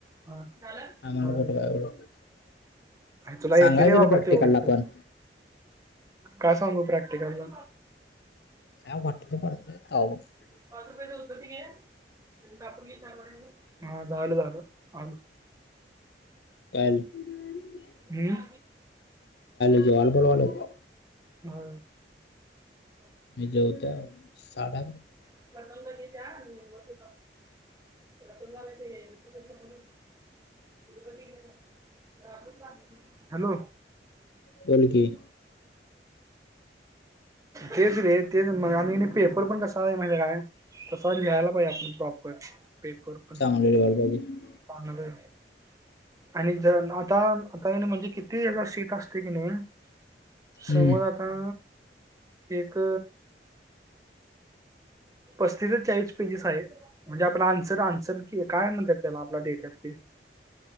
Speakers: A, on the right (about 20°); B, on the left (about 70°).
A: हा
B: आम्हाला
A: आलो.
B: कुठं काय एवढं
A: तुला
B: सांगायचं
A: येतंय रे बाबा
B: प्रॅक्टिकलला
A: तेवढं तर.
B: पण
A: काय सांगू प्रॅक्टिकलला?
B: काय वाटेल ते पाठवतात <inaudible> <unintelligible>
A: पाच रुपये उदबत्ती घे कापूर विचार वड्या, हा झालं, झालं आलो.
B: काल झालं? <inaudible>
A: हम्म.
B: जेवायला बोलवायला
A: <inaudible> हो
B: मी जेवतो साधा
A: <unintelligible> <unintelligible> <unintelligible> हॅलो.
B: बोल की.
A: तेच रे, तेच. मग आणि पेपर पण कसा आहे माहिते काय? तसा लिहायला पाहिजे आपण प्रॉपर पेपर. पण
B: चांगले <unintelligible>
A: <unintelligible> आणि ज आता, म्हणजे किती हेचा सीट असते की नाही <inaudible>
B: हम्म
A: समज आता एक पस्तीस ते चाळीस पेजेस आहे. म्हणजे आपला आन्सर, आन्सर कि काय म्हणतात त्याला आपल्या देशात ते?